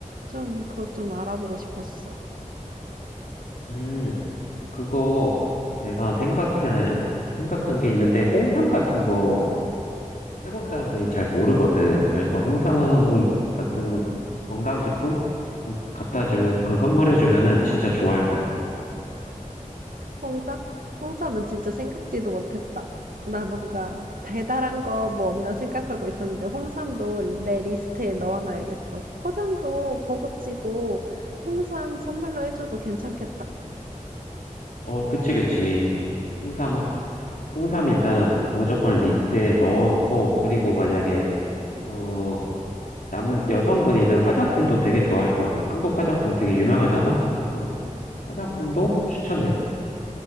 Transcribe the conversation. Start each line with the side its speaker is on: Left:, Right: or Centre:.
Right: 좀 그것 좀 알아보고 싶었어.
Left: 음, 그거 내가 생각해, 생각한 게 있는데, 홍삼 같은 거 태국 사람들이 잘 모르거든. 그래서 홍삼 같은 건강식품 그거 갖다 주면, 그걸 선물해 주면은 진짜 좋아할 거야.
Right: 홍삼? 홍삼은 진짜 생각지도 못했다. 나 뭔가 대단한 거 뭐 없나 생각하고 있었는데 홍삼도 내 리스트에 넣어놔야겠어. 포장도 고급지고 홍삼 선물로 해줘도 괜찮겠다.
Left: 어, 그치, 그치. 홍삼, 홍삼 일단 무조건 리스트에 넣어놓고, 그리고 만약에, 어, 남, 여성분이면 화장품도 되게 좋아할 거야. 한국 화장품 되게 유명하잖아. 그래서 화장품도 추천해.